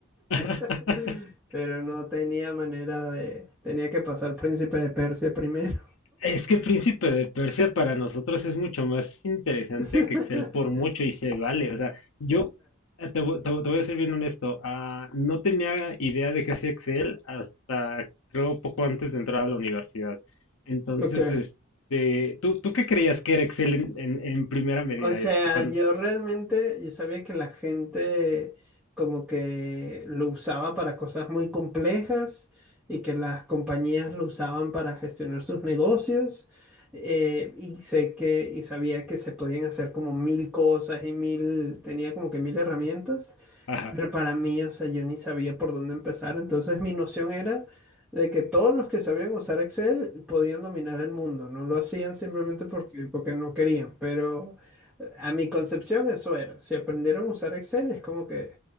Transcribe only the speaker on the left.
<laughs>
Es que Príncipe de Persia para nosotros es mucho más interesante
que Excel por mucho y se vale. O sea, yo eh, te, vo- te vo- te voy a ser bien honesto, ah, no tenía idea de qué hacía Excel hasta creo poco antes de entrar a la universidad. Entonces,
este, ¿tú, tú qué creías que era Excel en, en- en primera medida?
Eh, Cuando,
ajá,